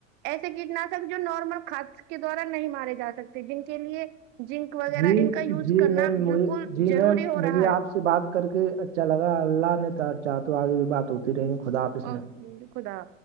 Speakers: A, on the right; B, on the right.
A: ایسے کیٹناشک جو نارمل کاد کے دوارا نہیں مارے جا سکتے جن کے لیے جنک وغیرہ
B: جی
A: ان کا یوز
B: جی
A: کرنا
B: میم مجھے
A: بالکل
B: جی میم
A: ضروری ہو
B: مجھے
A: رہا ہے
B: آپ سے بات کر کے اچھا لگا اللہ نے تو چاہ تو آگے بھی بات ہوتی رہی گ خدا آپ اس
A: اور
B: میں
A: خدا